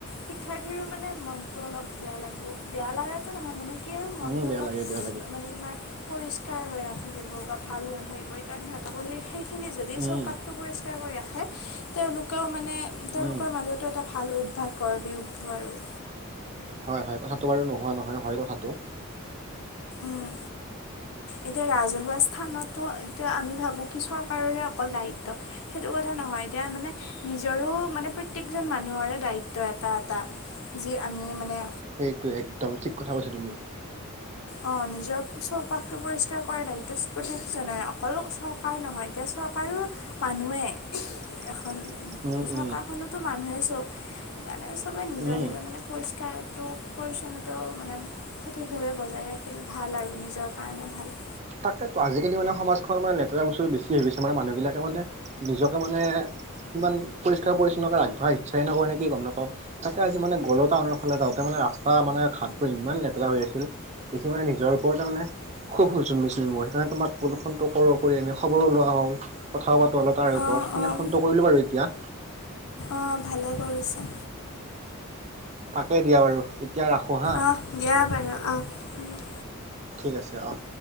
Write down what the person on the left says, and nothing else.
শিক্ষাৰ্থীৰো মানে মনটো। অলপ বেয়া লাগব বেয়া লগা নহয় মানে কি আৰু মনতো
অলপ
মানে তোমাৰ। পৰিষ্কাৰ হৈ নাথাকিব বা ভাল হৈ নাথাকিব এইকাৰণে সিহঁতকো সেই সেইখিনি যদি
চব পাতটো পৰিষ্কাৰ। কৰি ৰাে তেওঁলোকেও মানে তেওঁলোকৰ
মাজতো এটা। ভাল অভ্যাস কৰ দি উঠব আৰু।
উম। এতিয়া ৰাজহুৱা স্থানতো এতিয়া আমি ভাবো কি চৰকাৰৰে অকল দায়িত্ব সেইটো কথা। নহয় এতিয়া মানে নিজৰো মানে প্ৰত্যকজন মানুহৰে দায়িত্ব এটা এটা। যি আমি মানে।
অ নিজৰ চৌপাশ টো পৰিষ্কাৰ কৰে দায়িত্ব প্ৰত্যেক জনৰে অকলো চৰকাৰ নহয় এতিয়া চৰকাৰো মানুহে।
এখন চৰকাৰখনতো
মানুহে চব সেইকাৰণে চবে নিজৰ
নিজৰ মানে পৰিষ্কাৰটো পৰিছন্নতাও মানে সঠিক ভাৱে বজাই ৰাখিলে ভাল। ভাল আৰু নিজৰ কাৰণে ভাল।
অঁ অঁ
অঁ ভালে কৰিছা।
অহ দিয়া বাৰু অহ হ'ব।